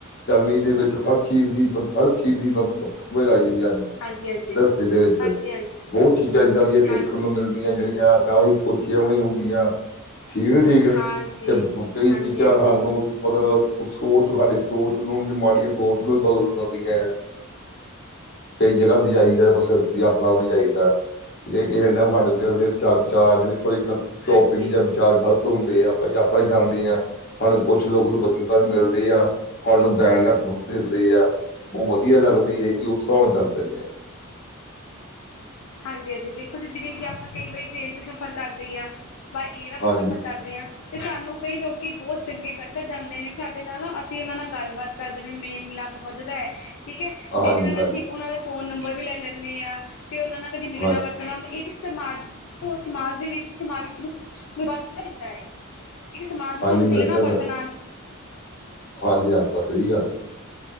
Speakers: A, on the left; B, on the left.
A: ਗਰਮੀ ਦੇ ਵਿੱਚ ਹਰ ਚੀਜ਼ ਦੀ, <unintelligible> ਹਰ ਚੀਜ਼ ਦੀ ਬ ਸਮਝ ਲੱਗ ਜਾਂਦੀ ਅੱਜ
B: ਹਾਂਜੀ ਹਾਂਜੀ
A: ਗ੍ਰਹਸਤੀ ਦੇ ਵਿੱਚ
B: ਹਾਂਜੀ ਹਾਂਜੀ
A: ਬਹੁਤ ਚੀਜ਼ਾਂ ਇੱਦਾਂ ਦੀਆਂ
B: ਹਾਂਜੀ
A: ਦੇਖਣ ਨੂੰ ਮਿਲਦੀਆਂ ਜਿਹੜੀਆਂ ਤਾਂਹੀ ਸੋਚੀਆਂ ਵੀ ਨਹੀਂ ਹੁੰਦੀਆਂ ਠੀਕ ਐ ਠੀਕ ਐ
B: ਹਾਂਜੀ
A: ਕਈ
B: ਹਾਂਜੀ
A: ਚੀਜ਼ਾਂ ਸਾਨੂੰ
B: ਹਾਂਜੀ
A: ਮਤਲਬ ਸੋਚ ਸਾਡੀ ਸੋਚ ਨੂੰ ਜਾਂ ਮਾੜੀਆਂ ਸੋਚ ਨੂੰ ਬਦਲ ਦਿਦੀਆਂ ਐ। ਕਈ ਜਗ੍ਹਾ ਦੀ ਜਾਈਦਾ, ਬੱਸ ਯਾਤਰਾ ਵੀ ਜਾਈਦਾ। ਜੇ ਕਿਸੇ ਟੈਮ ਸਾਡੇ ਦਿਲ ਦੇ ਵਿਚ ਚਰਚਾ, ਜਿਹੜੀ ਥੋੜੀ ਟੋਪਿਕ
B: ਹਾਂਜੀ
A: ਜਾਂ ਵਿਚਾਰ ਗਲ ਹੁੰਦੇ ਆ ਆਪਾਂ ਯਾਤਰਾ ਜਾਂਦੇ ਆਂ। ਸਾਨੂੰ ਕੁਛ ਲੋਕ ਨੂੰ <unintelligible> ਵੀ ਮਿਲਦੀ ਆ ਸਾਨੂੰ <unintelligible> ਨਾਲ ਦਿੰਦੇ ਆ। ਬਹੁਤ ਵਧੀਆ ਲੱਗਦੀ ਏ, ਵੀ ਉਸ ਹਿਸਾਬ ਨਾਲ ਚੱਲ ਪੈਂਦੇ।
B: ਹਾਂਜੀ -ਹਾਂਜੀ ਦੇਖੋ ਜੀ, ਜਿਵੇਂ ਕਿ ਆਪਾਂ ਕਈ ਵਾਰੀ ਟ੍ਰੇਨ ਚ ਸਫ਼ਰ ਕਰਦੇ ਆਂ। ਇਹ ਨਾ ਆਪਾਂ
A: ਹਾਂਜੀ
B: ਸਫ਼ਰ ਕਰਦੇ ਆਂ। ਤੇ ਸਾਨੂੰ ਕਈ ਲੋਕੀ ਬਹੁਤ ਚੰਗੇ ਟੱਕਰ ਜਾਂਦੇ ਨੇ, ਸਾਡੇ ਨਾਲ ਅਸੀਂ ਉਹਨਾਂ ਨਾਲ ਗੱਲਬਾਤ। ਕਰਦੇ ਨੇ ਮੇਲ ਮਿਲਾਪ ਵੱਧਦਾ ਐ। ਠੀਕ ਹੈ
A: ਹਾਂਜੀ
B: ਜਿਹਦੇ ਨਾਲ
A: ਹਾਂਜੀ
B: ਅਸੀਂ, ਉਹਨਾਂ ਫੋਨ ਨੰਬਰ ਵੀ ਲੈ ਲੈਦੇ ਹਾਂ ਫੇ ਉਹਨਾ ਨਾਲ ਕਦੇ ਮਿਲਣਾ
A: ਹਾਂਜੀ
B: ਵਰਤਣਾ ਵੀ ਹੁੰਦਾ ਇਹ ਚ। ਸਮਾਜ- ਸਮਾਜ ਦੇ ਵਿੱਚ ਸਮਾਜ ਵਾਧਾ ਦਿੰਦਾ ਏ। ਏਹ ਸਮਾਜ ਚ
A: ਹਾਂਜੀ
B: ਸਾਨੂੰ
A: ਮਿਲਦਾ
B: ਮਿਲਣਾ ਵਰਤਨਾ।
A: ਮੈਂ- ਹਾਂਜੀ ਹਾਂਦਾ ਸਹੀ ਗੱਲ ਹੈ।